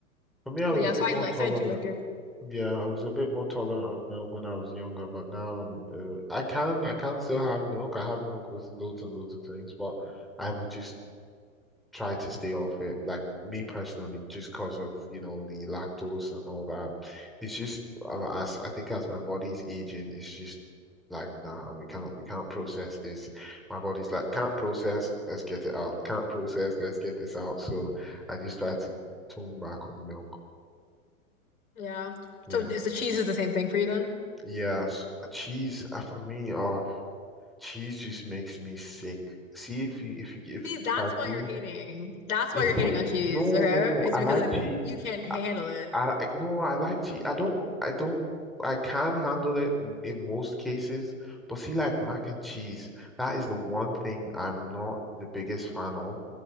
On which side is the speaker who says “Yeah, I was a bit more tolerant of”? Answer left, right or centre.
Centre